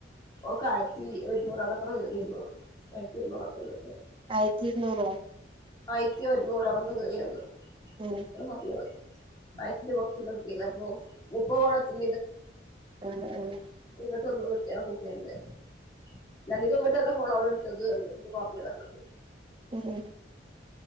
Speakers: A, on the left; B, on the right.
A: ഓക്കെ ആയിരത്തി ഒരുന്നൂറ് അവ്ടോ എത്രോ കേറി പർന്നൂ ഓള് ആയിരത്തി എണ്ണൂറ് എത്രാ കേറി പർഞ്ഞു.
B: ആയിരത്തി ഇരുനൂറോ?
A: ആയിരത്തി ഒരുന്നൂറോ അങ്ങനെന്തോ കേറിയർന്ന്
B: ഉം
A: എന്ന് പർഞ്ഞോള് ആയിർത്തിന്റെ പൊർത്തെന്തോ കിട്ടീണ് അപ്പൊ മുപ്പത് <unintelligible>
B: ആഹ് ആഹ്
A: ഇങ്ങോട്ട ഒന്ന് കിട്ടയ <unintelligible> അധികം ഇങ്ങട്ട് വെർന ഫോണാട്ത്തത് പർഞ്ഞ് <unintelligible>
B: ഏ